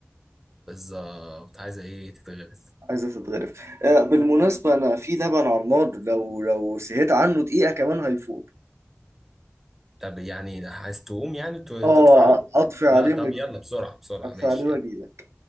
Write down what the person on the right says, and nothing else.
عايزة تتغرف آه، بالمناسبة أنا في لبن على النار لو لو سهيت عنه دقيقة كمان هيفوت
اه
أطفي عليه
<laughs> وأجيلك
أطفي
عليه وأجيلك